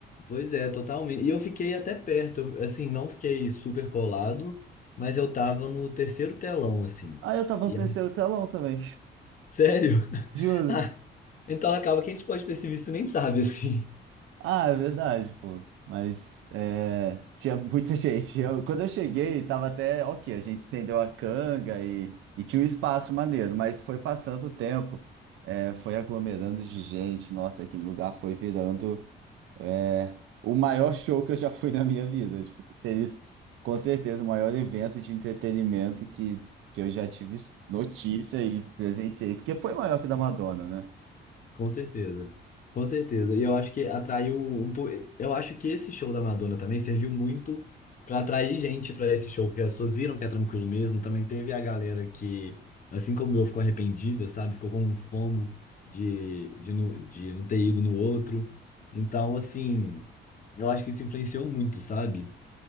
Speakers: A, on the left; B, on the right.
A: Pois é, totalmente. E eu fiquei até perto, eu, assim, não fiquei super colado, mas eu tava no terceiro telão, assim.
B: Ah, eu tava
A: E,
B: no terceiro telão também,
A: sério? <laughs>
B: <laughs> juro.
A: Ah, então acaba que a gente pode ter se visto e nem sabe, assim.
B: Ah, é verdade, pô. Mas é, tinha muita <laughs> gente. Eu, quando eu cheguei, tava até ok. A gente estendeu a canga e, e tinha um espaço maneiro, mas foi passando o tempo, é, foi aglomerando de gente. Nossa, aquele lugar foi virando. É o maior show que eu já fui na minha vida. Tipo, seria com certeza o maior evento de entretenimento que, que eu já tive notícia e presenciei, porque foi maior que o da Madonna, né?
A: Com certeza. Com certeza. E eu acho que atraiu um pouco. Eu acho que esse show da Madonna também serviu muito pra atrair gente pra esse show, porque as pessoas viram que é tranquilo mesmo. Também teve a galera que, assim como eu, ficou arrependida, sabe? Ficou com um fomo de, de, não- de não ter ido no outro. Então, assim, eu acho que isso influenciou muito, sabe?